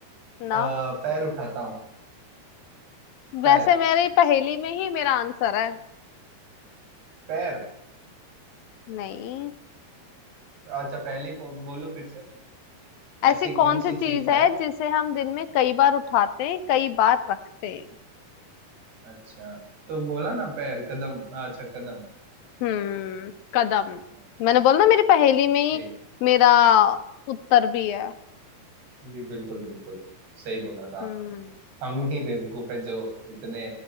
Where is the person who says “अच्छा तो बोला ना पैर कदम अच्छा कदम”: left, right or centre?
Right